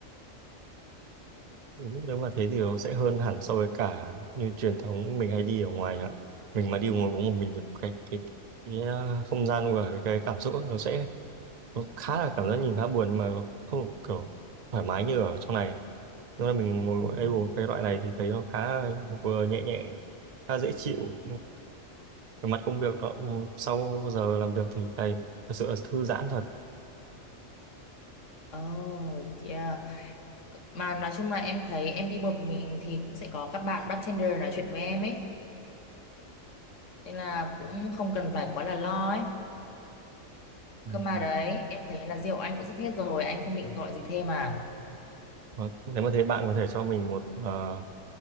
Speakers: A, on the right; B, on the left.
A: Đúng, nếu mà thế thì nó sẽ hơn hẳn so với cả như truyền thống mình hay đi ở ngoài ạ mình mà đi ngồi uống một mình thì cái cái, cái ờ, không gian và cái, cái cảm xúc ấy, nó sẽ nó khá là cảm giác nhìn khá buồn nhưng mà nó không kiểu thoải mái như ở trong này nhưng mà mình ngồi
B: Ừ.
A: đây uống cái loại này thì thấy nó khá vừa nhẹ nhẹ khá dễ chịu về mặt công việc đó ừ, sau giờ làm việc thì thầy thật sự là thư giãn thật
B: Oh, yeah. Mà nói chung là em thấy em đi một mình thì cũng sẽ có các bạn bartender nói chuyện với em ấy. nên là cũng không cần phải quá là lo ấy
A: Ừ.
B: cơ mà đấy em thấy là rượu anh cũng sắp hết rồi anh không định gọi gì thêm à
A: Và nếu mà thấy bạn có thể cho mình một ờ,